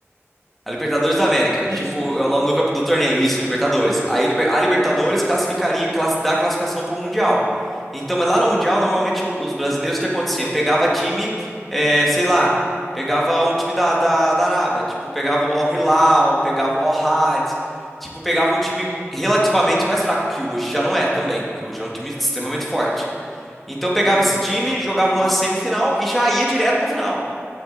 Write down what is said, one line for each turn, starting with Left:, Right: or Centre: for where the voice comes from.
Centre: A Libertadores da América, que,
Right: Isso,
Centre: tipo,
Right: isso,
Centre: é o nome do, campe- do torneio, isso, Libertadores.
Right: isso.
Centre: Aí Liber- a Libertadores
Right: Libertadores.
Centre: classificaria, class, dá a classificação pro Mundial. Então, mas lá no Mundial, normalmente o- os brasileiros, o que acontecia? Pegava time, eh, sei lá, pegava um time da, da, da Arábia, tipo, pegava o Al Hilal, pegava o Al Had, tipo, pegava um time relativamente mais fraco, que hoje já não é também, que hoje é um time extremamente forte. Então, pegava
Right: Entendi.
Centre: esse time, jogava uma semifinal e já ia direto pra final.